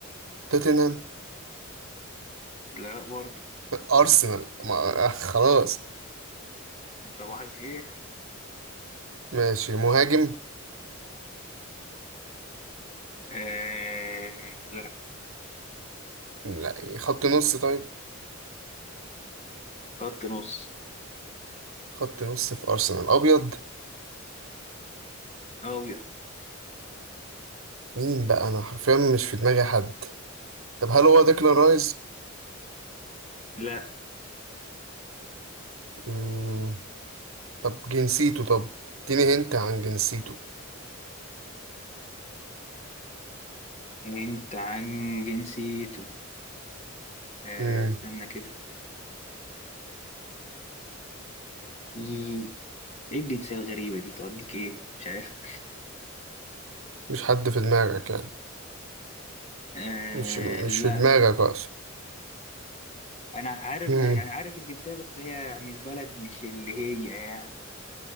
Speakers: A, on the right; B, on the left.
A: توتنهام
B: لا برضه
A: ارسنال ما آه، خلاص
B: صباح الخير
A: ماشي مهاجم
B: آه لا
A: لا خط نص طيب
B: خط نص
A: خط نص في ارسنال ابيض
B: أبيض
A: مين بقى انا حرفيا مش في دماغي حد طب هل هو ديكلان رايز
B: لا
A: مم. طب جنسيته طب اديني هنت عن جنسيته
B: أنت عن جنسيته آه
A: مم.
B: استنى كده إيه إيه الجنسية الغريبة دي توديك إيه مش عارف
A: مفيش حد في دماغك يعني
B: آه
A: مش مش
B: لا
A: في دماغك اصلا
B: انا عارف
A: مم.
B: يعني عارف الجنسيه بس هي يعني البلد مش اللي هي يعني